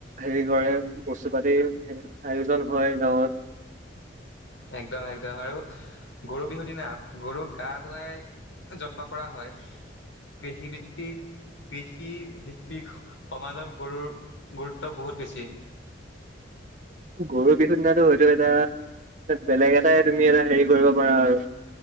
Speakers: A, on the right; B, on the left.
A: হেৰি কৰে বস্তু পাতি আয়োজন হয় গাঁৱত।
B: একদম একদম আৰু গৰু বিহু দিনা গৰুক গা ধুৱাই জকমক কৰা হয় কৃষিভিত্তিক কৃষিভিত্তিক সমাজত গৰু গুৰুত্ব বহুত বেছি।
A: গৰু বিহুৰ দিনাটো হয়তো এটা এটা বেলেগ এটাই তুমি এটা হেৰি কৰিব পাৰা আৰু